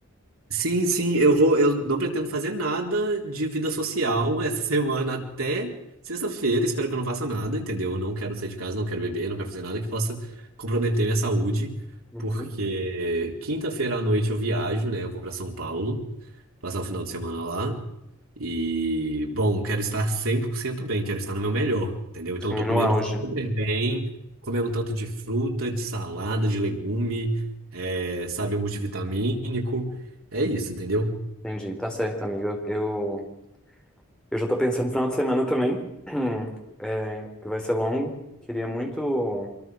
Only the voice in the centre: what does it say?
Uhum.
Sim,
no
auge.
Entendi, tá certo, amigo. Eu, eu, eu já tô pensando no final de semana também, <clears throat> é, que vai ser longo. Queria muito